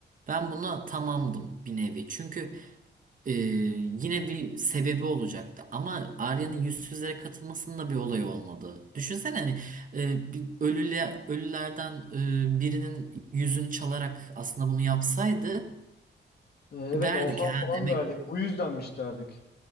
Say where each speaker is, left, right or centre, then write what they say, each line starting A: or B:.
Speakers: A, on the right; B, on the left.
A: ben buna tamamdım bir nevi. Çünkü ee, yine bir sebebi olacaktı ama Arya'nın yüzsüzlere katılmasının da bir olayı olmadı. Düşünsene hani e, bir ölüle, ölülerden e, birinin yüzünü çalarak aslında bunu yapsaydı
B: Ee, evet
A: derdik
B: oha
A: ha
B: falan
A: demek
B: derdik. Bu yüzdenmiş derdik.